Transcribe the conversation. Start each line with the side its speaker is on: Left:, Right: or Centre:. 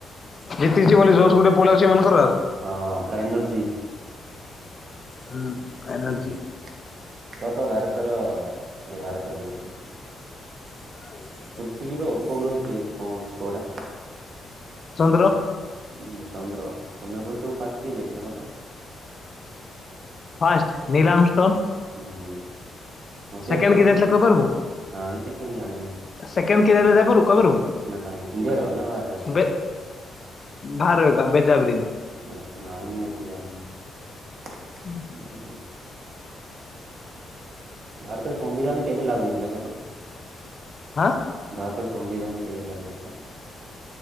Left: ଜିତିଚି ବୋଲି ଜସ୍ ଗୁଟେ ପଳେଇଛି ଏମାନଙ୍କର ଆଉ।
Right: ହଁ, ପରା ଏନର୍ଜି
Left: ହୁଁ ଏନର୍ଜି
Right: ଉଁ। କହ ତ ଭାରତର, ଇଏ ଭାରତର କହୁଚି।
Left: <inaudible>
Right: ପୃଥିବୀର ଉପଗ୍ରହ କେଉଁ କଉଁ କଉଟା?
Left: ଚନ୍ଦ୍ର।
Right: ଉଁ, ଚନ୍ଦ୍ର। ଚନ୍ଦ୍ର ପୃଷ୍ଠକୁ ଫାଷ୍ଟ କିଏ ଯାଇଥିଲା କ ତ?
Left: First Neil Armstrong.
Right: ହୁଁ। ମସିହା
Left: ସେକେଣ୍ଡ
Right: ବସିଆ
Left: କିଏ
Right: ମନେ
Left: ଯାଇଥିଲେ
Right: ରଖିଛୁ
Left: କହିପାରିବୁ?
Right: ନାଇଁ ସେକେଣ୍ଡ ଜାଣିନି।
Left: ସେକେଣ୍ଡ କିଏ ଯାଇ <unintelligible> କହିପାରୁ?
Right: ନାଇଁ ଇଣ୍ଡିଆର ନା ବାହାରର ଅଛି
Left: ବେ ଭାର ଏକା ବେଜାବ୍ରିନ୍।
Right: ଆଚ୍ଛା, ନାଇଁ ମୁଁ, ଏତେ ଜାଣିନି।
Left: ହୁଁ।
Right: ଉଁ, ହୁଁ। ଭାରତରେ ସମ୍ବିଧାନ, କେବେ ଲାଗୁ ହେଇଥିଲା କହ ତ?
Left: ହାଁ।
Right: ଭାରତର ସମ୍ବିଧାନ କେବେ ଲାଗୁ ହେଇଥିଆ?